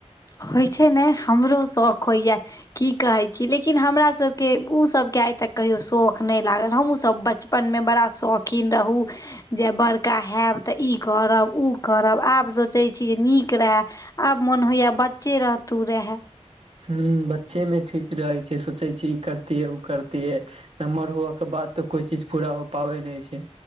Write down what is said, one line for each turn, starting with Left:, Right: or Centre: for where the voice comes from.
Left: होइ छै ने हमरो शौक होइए की कहै छी लेकिन हमरा सब केँ उऽ सभ केँ आइ तक कहियो शौख नै लागल हमहूँ सभ बच बचपन में बड़ा शौकीन रहूँ जे बड़का हैब तऽ ई करब ओ करब आब सोचैत छी जे नीक रहै आब मोन होइया बच्चे रहतू रहे।
Right: हु बच्चे में ठीक रहै छै सोचै छी ई करतिये ओ करतिहे नम्हर होए कऽ बाद तऽ कोई चीज पूरा हो पाबै नै छै।